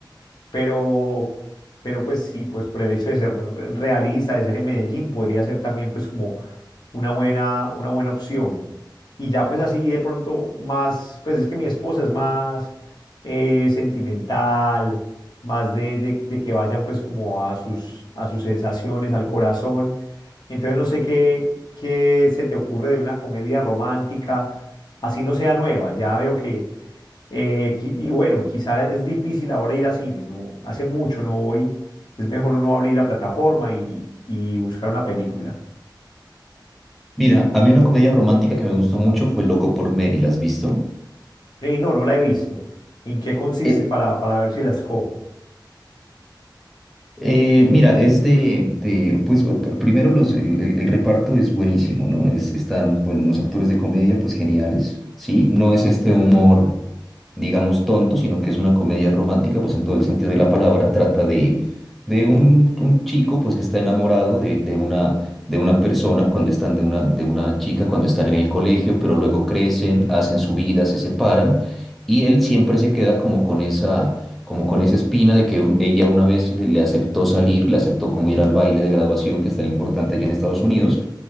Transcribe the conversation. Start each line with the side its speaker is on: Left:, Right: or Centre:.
Left: Pero, pero pues sí, pues por el hecho de ser realista, de ser en Medellín, podría ser también pues como una buena, una buena opción. Y ya pues así de pronto más, pues es que mi esposa es más eh, sentimental, más de, de- de que vayan pues como a sus, a sus sensaciones, al corazón. Entonces no sé qué, qué se te ocurre de una comedia romántica, así no sea nueva. Ya veo que eh, qui- y bueno, quizá es difícil ahora ir a cine, ¿no? Hace mucho no voy. Es mejor uno abrir la plataforma y, y buscar una película.
Centre: Mira, a mí una comedia romántica que me gustó mucho fue Loco por Mary, ¿la has visto?
Left: Eh, no, no la he visto. ¿En qué consiste
Centre: Eh,
Left: para, para ver si la escojo?
Centre: Eh, mira, es de, de, pues pr- primero los, el, el- el reparto es buenísimo, ¿no? Es- están, bueno, unos actores de comedia pues geniales, ¿sí? No es este humor, digamos, tonto, sino que es una comedia romántica, pues en todo el sentido de la palabra, trata de, de un, un chico pues que está enamorado de, de una, de una persona cuando están de una, de una chica, cuando están en el colegio, pero luego crecen, hacen su vida, se separan y él siempre se queda como con esa como con esa espina de que un- ella una vez le, le aceptó salir, le aceptó como ir al baile de graduación, que es tan importante allá en Estados Unidos,